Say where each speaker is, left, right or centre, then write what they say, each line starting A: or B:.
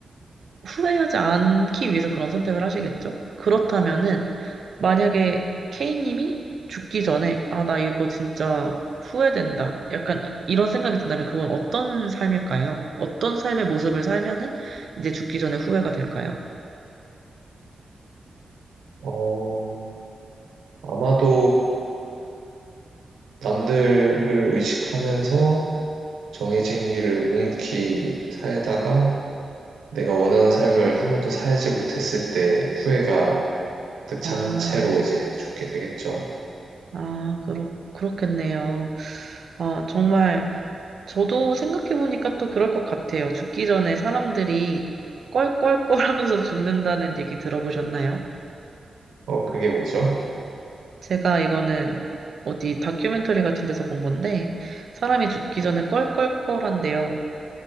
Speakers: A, on the right (about 65°); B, on the right (about 85°).
A: 후회하지 않기 위해서 그런 선택을 하시겠죠? 그렇다면은 만약에 K님이 죽기 전에 아, 나 이거 진짜 후회된다. 약간 이- 이런 생각이 든다면 그건 어떤 삶일까요? 어떤 삶의 모습을 살면은 이제 죽기 전에 후회가 될까요?
B: 어, 아마도 남들을 의식하면서 정해진 길을 묵묵히 살다가 내가 원하는 삶을 한 번도 살지 못했을 때 후회가 가득 찬
A: 아,
B: 채로 이제 죽게 되겠죠.
A: 아, 그렇, 그렇겠네요. 아, 정말 저도 생각해보니까 또 그럴 것 같아요. 죽기 전에 사람들이 껄껄껄 <laughs> 하면서 죽는다는 얘기 들어보셨나요?
B: 어, 그게 뭐죠?
A: 제가 이거는 어디 다큐멘터리 같은 데서 본 건데, 사람이 죽기 전에 껄껄껄 한대요.